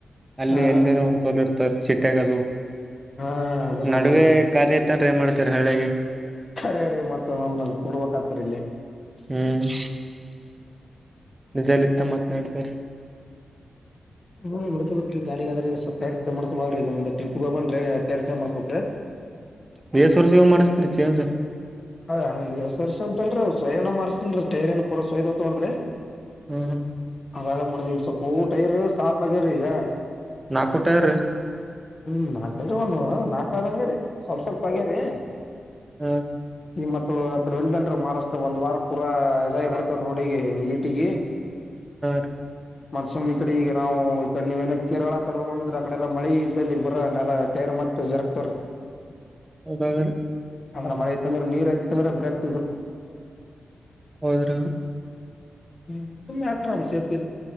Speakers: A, on the right; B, on the left.
A: ಅಲ್ಲಿ
B: ಹಾ
A: ಎಲ್ಲರ ಒಂದ ತೋಲ್ ಇರ್ತಾರ ಸಿ ಕಟ್ಟೆಗಗಳು <unintelligible>
B: ಹಾ ಅದನ್ನು
A: ನಡುವೆ
B: ಬರಬರ
A: ಖಾಲಿ ಐತನ್್ರ ಮಾಡ್ತ ತ್ತರ ಹಳ್ಳೆಗೆ
B: ಕರಿವರಿ ಮತ್ತ ಒ ಕು ಕೊಡ್ಬೇಕ ರಿಲ್ಲ
A: ಹ್ಮ್ ನಿಜಲ್ತ್ತ ಮಾತ್ನಾಡ್ತಾರ
B: ಹ್ಮ್ ಹುಡ್ಕಬೇಕಕ್್ರೀ ಗಾಡಿಿಗೆದ್ರರ್ಚ ಮಾಡ್ಸಬ್ರೀ ಇದ ಒಂದು ಟ್ರಿಪ್ಗೆೋಗ ಬನ್್ರಿ ಪೇರ್ಚೆ ಮಾಡ್ಸ್ಬೇಕ್ರೀ
A: ಬೇಸ ವರ್ಸಗ ಮಾಡಸ್ತರಿ ಚೇಏನ್ಸ
B: ಹ ಹಸ ವರ್ಷ ಅಂತಲ್ರಿ ಸೋಯಣ್ಣ ಮಾರ್ಸ್ತೇನ್ೀ ಟೈರ್ಏ ಪೂರಾ ಸಯದ ಹತವಲ್ರರಿ
A: ಹ್ಮ್ ಹ್ಮ್
B: ಅವಾರ ಮಾಡ್ದ್ ಈಗ ಸ್ವಲ್ಪ ಊಟ ಇರ ಸಾಪ್ ಆಗ್ಯರ ಈಗ
A: ನಾಕಟಾರ
B: ಹ್ಮ್ ನಾಕಲ್ರಿ ಒಂದು ನಾಕಕ್ದಂಗ್ಯರಿ ಸ್ವಲ್ಪ ಸ್ವಲ್ಪ ಆಗ್ಯರಿ
A: ಹ್ಮ
B: ನಿಮ್ಮ ಆತು ಆಡೆ ಒಂದ ಮಾರಸ್ತ ಒಂದ ವಾರ ಪೂರ ಇದಾಗಿ
A: ಹಾ
B: ಬಿಿಡ್ತಾರೆ ರೋಡಿಗೆ ಇ ಟ್ಟಿಗೆ
A: ರೀ
B: ಮತ್ಸೊಮ್ ಈ ಕಡೆ ಈಗ ನಾವು ಈಡೆ ನೀವೇನ ಕೇರಳ ಕಡೆ ಹೋಗಂದ್ರೆ ಆಕಡೆಲ್ಲಾ ಮಳೆ ಬರ ನೆಲ ಟೈರ್ ಮತ್ತ ಜರಗ್ತವೀ
A: ಅವರು
B: ಅದ್ರ ಮಳೆಐತ ಅಂದ್ರ ನೀರ್ ಯಐತ ಅಂದ್ರ ಬ್ರಕ್
A: ಹದ್ರ
B: ಹ್ಮ್ ಸುಮ್ಮ್ನೆ ಆ ರಾಮ ಸೇಫ್ಟಿ